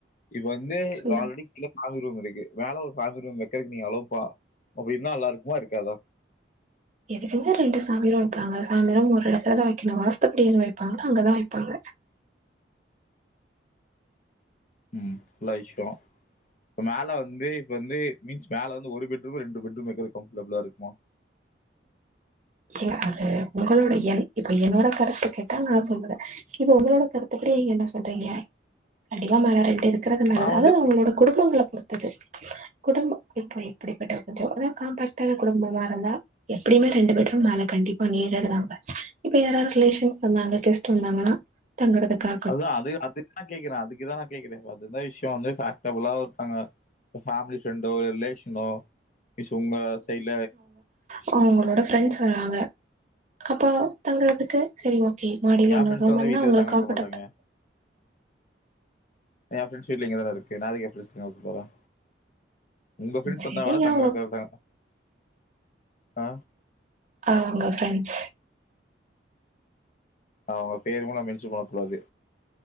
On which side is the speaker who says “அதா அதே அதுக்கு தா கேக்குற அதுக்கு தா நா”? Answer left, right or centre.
Left